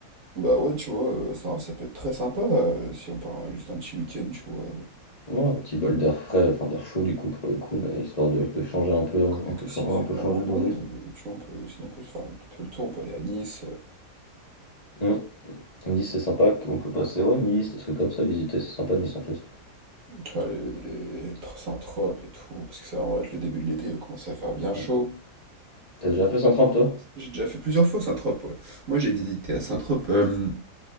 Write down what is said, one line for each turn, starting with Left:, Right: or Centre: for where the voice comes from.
Right: Bah ouais, tu vois, euh, Saint-Raph, ça peut être très sympa euh, si on part euh, juste un petit week-end, tu vois.
Left: Ouais, un petit bol d'air frais, enfin d'air chaud du coup pour le coup, mais histoire de, de changer un peu,
Right: Quand il
Left: un
Right: y a
Left: peu,
Right: que s'il
Left: chan-
Right: fait
Left: un
Right: vraiment
Left: peu changer
Right: bon,
Left: d'horizon.
Right: euh, tu vois, on peut, sinon on peut se faire un peu le tour, on peut aller à Nice, euh,
Left: Hum. Nice, c'est sympa qu'on peut passer, ouais, Nice, des trucs comme ça, visiter, c'est sympa Nice en plus.
Right: tu vois, les, les Saint-Tropez et tout, parce que ça va être le début de l'été, il va commencer à faire bien chaud.
Left: Hum. T'as déjà fait Saint-Tropez toi?
Right: J'ai déjà fait plusieurs fois Saint-Tropez, ouais. Moi j'ai visité à Saint-Tropez euh,